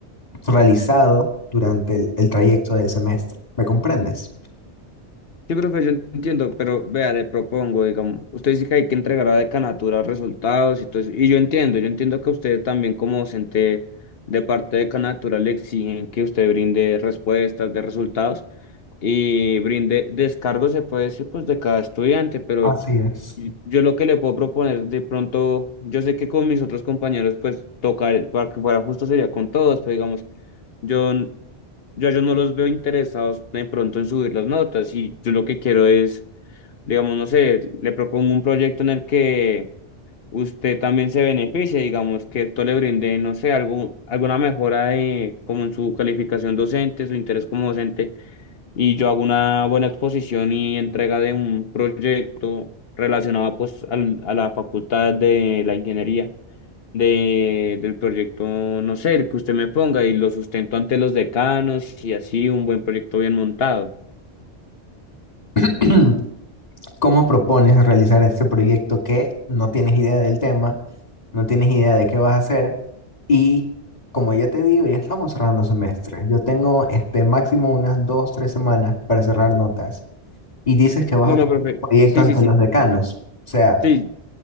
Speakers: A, on the left; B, on the left.
A: realizado durante el, el trayecto del semestre. ¿Me comprendes?
B: Sí, profe, yo entiendo, pero vea, le propongo, digamos, usted dice que hay que entregar a la decanatura resultados y todo eso, y yo entiendo, yo entiendo que usted también como docente de parte de decanatura le exigen que usted brinde respuestas de resultados y brinde descargos, se puede decir, pues de cada estudiante, pero
A: Así es.
B: y- yo lo que le puedo proponer de pronto, yo sé que con mis otros compañeros, pues tocar, para que fuera justo sería con todos, pero digamos, yo yo a ellos no los veo interesados de pronto en subir las notas y yo lo que quiero es, digamos, no sé, le propongo un proyecto en el que usted también se beneficie, digamos, que esto le brinde, no sé, algún, alguna mejora de, como en su calificación docente, su interés como docente, y yo hago una buena exposición y entrega de un proyecto relacionado pues al- a la facultad de la ingeniería de, del proyecto, no sé, el que usted me ponga y lo sustento ante los decanos y así un buen proyecto bien montado.
A: <clears throat> ¿Cómo propones realizar este proyecto que no tienes idea del tema, no tienes idea de qué vas a hacer? Y como ya te digo, ya estamos cerrando semestre. Yo tengo este máximo unas dos, tres semanas para cerrar notas. Y dices que vas
B: Bueno,
A: a presentar
B: profe,
A: un proyecto
B: sí,
A: ante
B: sí, sí.
A: los decanos. O sea,
B: Sí,